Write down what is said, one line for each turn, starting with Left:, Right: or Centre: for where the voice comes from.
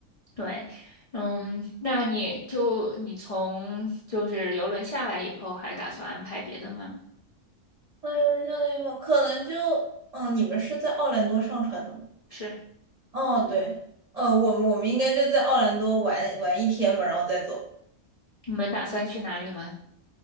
Left: 对，嗯，那你就你从就是游轮下来以后，还打算安排别的吗？
Right: 哎呦，哎呦，可能就，嗯，你们是在奥兰多上船的吗？
Left: 是，
Right: 哦，对，呃，我们我们应该就在奥兰多玩玩一天吧，然后再走。
Left: 你们打算去哪里吗？